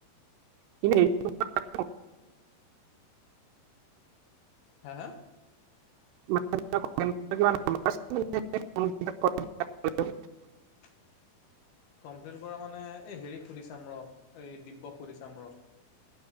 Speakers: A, on the right; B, on the left.
A: হেনে হ
B: হা হা
A: <unintelligible>
B: <unintelligible> ে স দিব্য সুধি ৰ